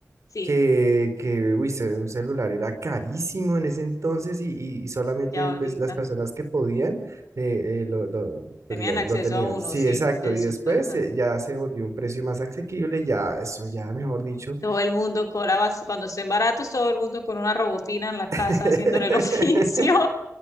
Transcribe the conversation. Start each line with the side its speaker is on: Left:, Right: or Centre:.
Left: sí,
Right: que, que uy, se- un celular era carísimo en ese entonces y, y- y solamente
Left: ya
Right: pues
Left: ahorita.
Right: las personas que podían eh, eh, lo, lo, pues,
Left: Tenían
Right: lo-
Left: acceso
Right: lo tenían.
Left: a uno,
Right: Sí,
Left: sí,
Right: exacto.
Left: eso
Right: Y después
Left: es verdad.
Right: eh, ya se volvió un precio más asequible, ya, eso ya, mejor dicho.
Left: Todo el mundo cobraba, cuando estén baratos, todo el mundo con una robotina en la casa
Right: <laughs>
Left: haciéndole el <laughs> oficio.